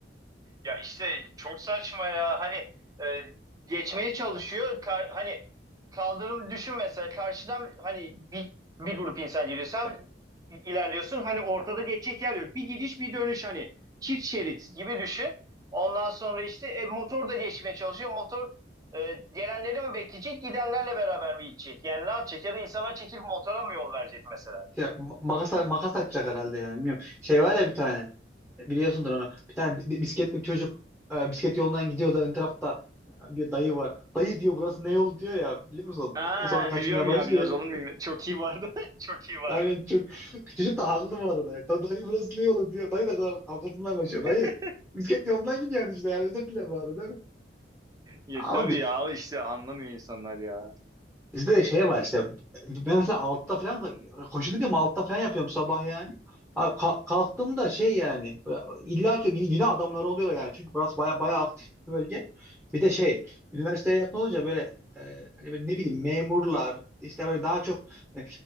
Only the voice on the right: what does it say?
Ya işte çok saçma ya. Hani e, geçmeye çalışıyor. Ka- hani kaldırım düşün mesela karşıdan hani bir, bir grup insan geliyor. Sen ilerliyorsun. Hani ortada geçecek yer yok. Bir gidiş bir dönüş hani çift şerit gibi düşün. Ondan sonra işte e, motor da geçmeye çalışıyor. Motor e, gelenleri mi bekleyecek, gidenlerle beraber mi gidecek? Yani ne yapacak? Ya da insana çekilip motora mı yol verecek mesela?
Ha
biliyorum
ya bilmez olur muyum? Çok iyi vardı. <laughs> Çok
iyi vardı.
<laughs>
Ya,
tabii
ya işte anlamıyor insanlar ya.